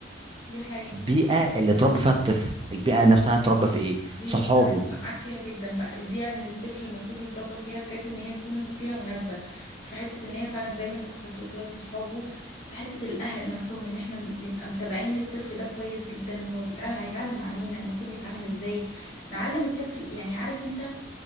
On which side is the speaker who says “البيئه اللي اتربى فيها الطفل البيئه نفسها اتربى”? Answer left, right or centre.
Right